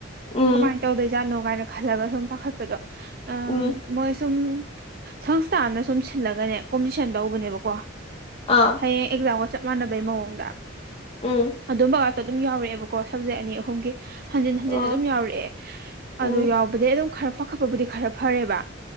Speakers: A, on the left; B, on the right.
A: ꯎꯝ
B: ꯀꯃꯥꯏꯅ ꯇꯧꯗꯣꯏꯖꯥꯠꯅꯣ ꯏꯅ ꯈꯜꯂꯒ ꯁꯨꯝ ꯄꯥꯈꯠꯄꯗꯣꯏ
A: ꯎꯝ
B: ꯁꯨꯝ ꯁꯪꯁꯊꯥꯟꯅ ꯁꯨꯝ ꯁꯤꯜꯂꯒꯅꯦ ꯀꯣꯝꯄꯤꯇꯤꯁꯟ ꯇꯧꯕꯅꯦꯕꯀꯣ
A: ꯑꯥ
B: ꯍꯌꯦ ꯑꯦꯛꯥꯝꯒ ꯆꯞ ꯃꯥꯟꯅꯕꯩ ꯃꯑꯣꯗ
A: ꯎꯝ
B: ꯑꯗꯨꯝꯕ ꯇ ꯑꯗꯨꯝ ꯌꯥꯎꯔꯛꯑꯦꯕꯀꯣ ꯁꯞꯖꯦꯛ ꯑꯅꯤ ꯑꯍꯨꯝꯒꯤ ꯍꯟꯖꯤꯟ ꯍꯟꯖꯤꯟ
A: ꯑꯣ
B: ꯑꯗꯨꯝ ꯌꯥꯎꯔꯛꯑꯦ
A: ꯎꯝ
B: ꯑꯗꯨ ꯌꯥꯎꯕꯗꯤꯩ ꯑꯗꯨꯝ ꯈꯔ ꯄꯥꯈꯠꯄꯕꯨꯗꯤ ꯈꯔ ꯐꯔꯦꯕ